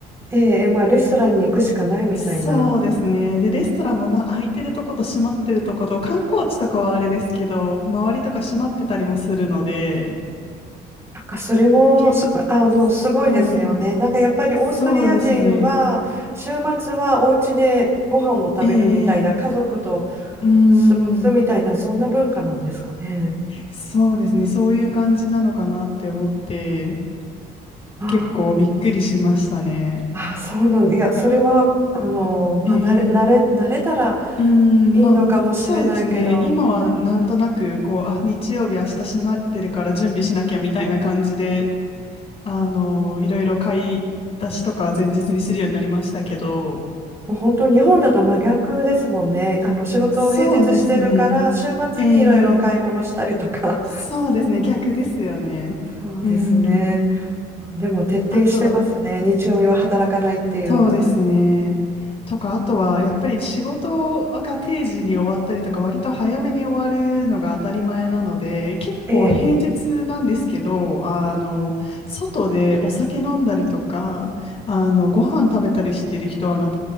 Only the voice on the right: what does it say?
えまあ、レストランに行くしかないみたいな。
なんかそれもす、
あの、すごいですよね。
なんかやっぱりオーストリア人は週末はお家でご飯を食べるみたいな家族と
過ごすみたいなそんな文化なんですかね。
あー
あ、そうなんだ。いや、それはあの、まあ、
慣れ、慣れ、慣れたら
いいのかもしれないけど、
もう本当日本だと真逆ですもんね。あの仕事を平日してるから週末にいろいろ買い物したりとか。
そうですね。
でも徹底してますね。
日曜日は働かないっていう。
ええ、